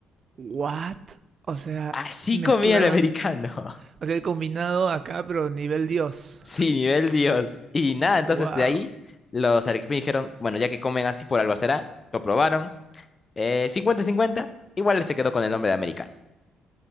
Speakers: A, on the right; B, on the left.
A: what? O sea,
B: Así
A: mezclaron
B: comía el americano. <laughs>
A: O sea, el combinado acá, pero nivel Dios.
B: Sí, nivel Dios. Y nada, entonces
A: Wow.
B: de ahí los arequipeños dijeron, bueno, ya que comen así por algo será, lo probaron, eh, cincuenta 50 igual él se quedó con el nombre de americano.